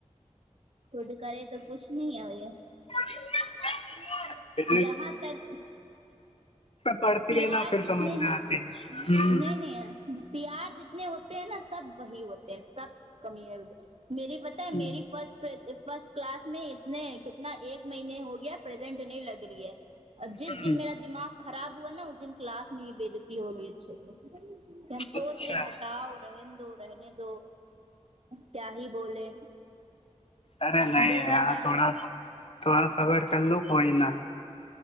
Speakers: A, on the right; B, on the left.
A: خود کرے تو کچھ نہیں ہو یہ
B: <inaudible>
A: یہاں تک
B: پڑھتی
A: سیار
B: ہے نا پھر
A: جتنے
B: سمجھ میں
A: ہیں
B: آتی ہے ہم
A: نہیں نہیں سیار جتنے ہوتے ہیں نا سب وہی ہوتے ہیں سب کمی میری پتا ہے میری
B: ہ
A: فرسٹ فرسٹ کلاس میں اتنے کتنا ایک مہینے ہو گیا پرزینٹ نہیں لگ رہی ہے اور جس
B: ہ
A: دن میرا دماغ خراب ہوا نا اس دن کلاس میں ہی بےعزتی ہوگی اچھے سے ہم
B: اچھا
A: سوچ رہے ہٹاؤ اور رہن دو رہنے دو کیا ہی بولے
B: ارے نہیں
A: دو بار
B: یار
A: میں
B: تھوڑا تھوڑا صبر کر لو کوئی نا